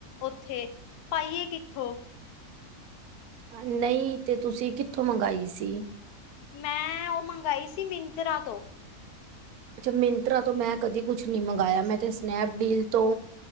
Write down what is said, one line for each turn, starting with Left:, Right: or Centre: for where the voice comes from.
Left: ਉੱਥੇ, ਪਾਈਏ ਕਿੱਥੋਂ
Right: ਨਹੀਂ ਤੇ ਤੁਸੀਂ ਕਿੱਥੋਂ ਮੰਗਾਈ ਸੀ
Left: ਮੈਂ ਉਹ ਮੰਗਾਈ ਸੀ ਮਿੰਤਰਾ ਤੋਂ
Right: ਅੱਛਾ ਮਿੰਤਰਾ ਤੋਂ ਮੈਂ ਕਦੀ ਕੁਛ ਨੀ ਮੰਗਾਇਆ ਮੈਂ ਤੇ ਸਨੈਪਡੀਲ ਤੋਂ